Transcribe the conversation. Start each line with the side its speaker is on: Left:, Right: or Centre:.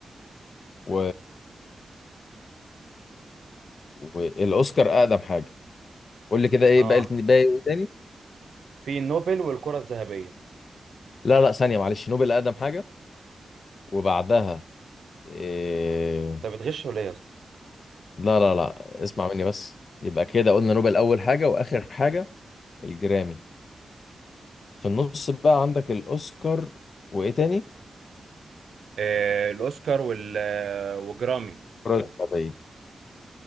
Left: و... والاوسكار اقدم حاجة قول لي كده ايه
Right: اه
Left: باقي الاتنين- باقي إيه تاني
Right: في نوبل والكره الذهبيه
Left: لا لا ثانية معلش نوبل أقدم حاجة وبعدها إيه...
Right: طب بتغش ولا ايه يا اسطى
Left: لا لا لا اسمع مني بس يبقى كده قلنا نوبل أول حاجة وآخر حاجة الجرامي في النص بقى عندك الأوسكار وإيه تاني؟
Right: آه، الاوسكار وال آه، وجرامي
Left: الكرة الذهبية